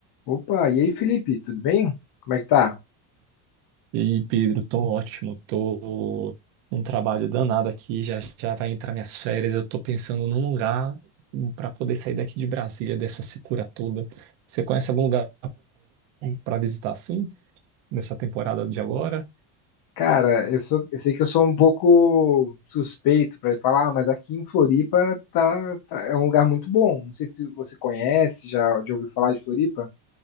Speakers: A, on the left (about 50°); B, on the right (about 70°).
A: Opa, e aí, Felipe, tudo bem? Como é que tá?
B: E aí, Pedro, tô ótimo, tô num trabalho danado aqui, já já vai entrar minhas férias, eu tô pensando num lugar para poder sair daqui de Brasília, dessa secura toda. Você conhece algum lugar para visitar assim, nessa temporada de agora?
A: Cara, eu sou- eu sei que eu sou um pouco suspeito para falar, mas aqui em Floripa tá, tá- é um lugar muito bom. Não sei se você conhece, já, já ouviu falar de Floripa?